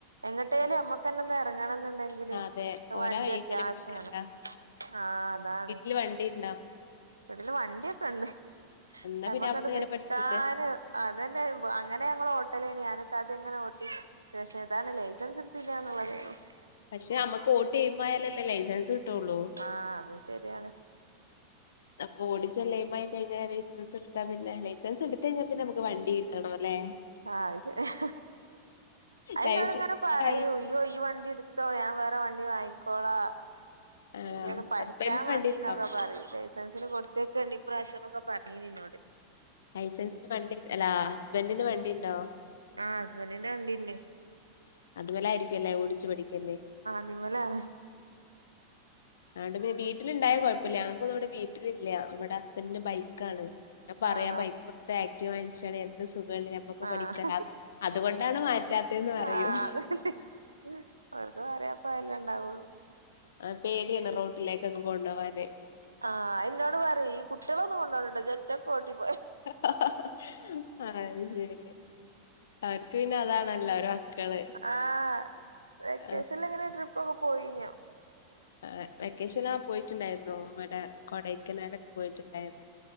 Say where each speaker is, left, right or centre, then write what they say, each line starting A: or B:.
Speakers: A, on the right; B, on the left.
A: എങ്ങട്ടേലും നമ്മക്കെന്നെ ഒന്ന് എറങ്ങണന്നുണ്ടെ ങ്കില്
B: ആഹ് അതെ ഓരെ
A: വണ്ടി
B: കയ്യും
A: അത്യാവശ്യാണ്
B: കാലും പിടിക്കണ്ട
A: ആഹ് അതാണ്
B: വീട്ടില് വണ്ടി ഇണ്ടാ
A: വീട്ടില് വണ്ടിയൊക്കെണ്ട്
B: എന്നാ
A: നമ്മക്
B: പിന്നെ അവിടുന്ന്
A: അങ്ങട്ട്
B: ഇങ്ങനെ
A: നിക്കാന്
B: പഠിച്ചൂടെ
A: അതന്നെ അങ്ങനെ ഞങ്ങൾ ഓട്ടലേനി ഞാനും ഇത്താത്തേം ഇങ്ങനെ ഓ പക്ഷെ ഇതാണ് ലൈസൻസ് എടുത്തില്ലാന്നുള്ള <unintelligible>
B: പക്ഷെ നമ്മുക്ക് ഓട്ടി എയിം അയാലല്ലേ ലൈസൻസ് കിട്ടുള്ളൂ
A: ആഹ് അതും ശെരിയാണ്
B: അപ്പൊ ഓടിച്ച് <unintelligible> ആയി കഴിഞ്ഞാൽ ലൈസൻസ് എടുത്താ പിന്നെ ലൈസൻസ് എടുത്ത കഴിഞ്ഞാൽ പിന്നെ നമുക്ക് വണ്ടി കിട്ടണോല്ലേ
A: ആഹ് അത് ശെരിയാ അതിന്നോട്
B: ലൈസൻസ്
A: ഇങ്ങനെ പറയും
B: കയ്യി
A: ഇയ്യോ ഈ വണ്ടി എടു ത്തോ ഞാൻ വേറെ വണ്ടി വാങ്ങിക്കോളാ
B: ആണോ
A: ഇയ്യ് ഒന്ന് പഠിച്ചാ
B: ഹസ്ബൻഡിന്
A: മതി
B: വണ്ടി ഇണ്ടോ
A: എന്നൊക്കെ പറയും ലൈസൻസിന് കൊടു <unintelligible> ഈ പ്രാവിശ്യംന്നൊക്കെ പറഞ്ഞീനി ഇന്നോട്
B: ലൈസൻസിന് വണ്ടി അല്ലാ ഹസ്ബൻഡ് ന് വണ്ടി ഇണ്ടോ
A: ആഹ് ഹസ്ബന്റിന് വണ്ടി ഇണ്ട്
B: അതുമ്മേലായിരിക്കുവല്ലേ ഓടിച്ചു പഠിക്കല്
A: ഇതിമ്മലാണ്
B: ആഹ് ഇണ്ട് പിന്നെ വീട്ടിലിണ്ടായ കുഴപ്പല്ല ഞക്കൊന്നുവിട വീട്ടിലില്ല നമ്മടെ ഹസ്ബൻഡിന്റെ ബൈക്കാണ് ഞാൻ പറയാ
A: ആണോ
B: ആ ബൈക്ക് കൊടുത്തു ആക്ടീവ വങ്ങിച്ചാലെന്ത് സുഖാണ് അപ്പൊ
A: ആഹ്
B: പഠിക്കാൻ അതുകൊണ്ടാണ് മാറ്റാത്തന്ന് പറയും
A: ആഹ് അതന്നെ അവർക്ക് പറയാൻ അപ്പൊ അതല്ലേ ഇണ്ടാവുള്ളൂ
B: ആഹ് പേടിയാണ് റോട്ടിലേക്ക് ഒക്കെ കൊണ്ടുപോകാന്
A: ആഹ് ഇന്നോട് പറയും ഈ കുട്ട്യാളെ ഒന്നും കൊണ്ടോവൂലട്ടോ ഇജ് <unintelligible> ഓട്ടി പോയാൽ
B: അത് ശരി അവർക്ക് പിന്നെ അതാണല്ലോ അവരെ മക്കള്
A: അഹ് വെക്കേഷനിൽ
B: ആ,
A: എങ്ങനെയ ട്രിപ്പ് ഓഹ് പോയിനിയോ
B: ആ വെക്കേഷൻ പോയിട്ടുണ്ടായിരുന്നു ഇവിടെ കൊടൈക്കനാൽ ഒക്കെ പോയിട്ടുണ്ടായിരുന്നു